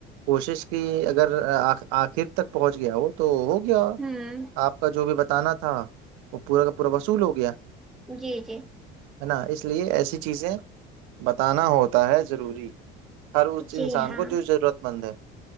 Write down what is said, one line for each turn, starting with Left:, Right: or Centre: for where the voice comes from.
Right: کوشش کی اگر آخر تک پہنچ گیا وہ تو گیا
Centre: ہوں
Right: آپ کا جو بھی بتانا تھا ہاں وہ پورا کا پورا وصول ہو گیا
Centre: جی جی
Right: ہے نا اس لیے ایسی چیزیں بتانا ہوتا ہے ضروری ہر اس
Centre: جی
Right: انسان
Centre: ہاں
Right: کو جو ضرورت مند ہے